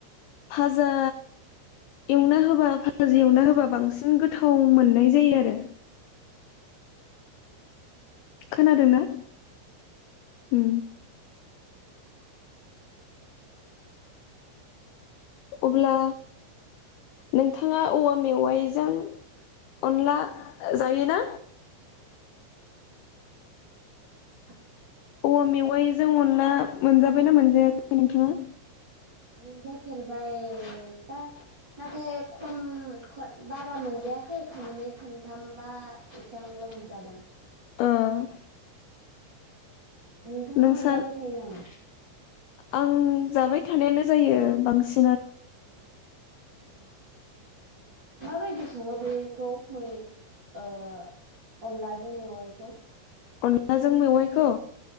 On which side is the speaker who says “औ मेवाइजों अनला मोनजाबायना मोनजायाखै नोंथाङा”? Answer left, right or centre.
Left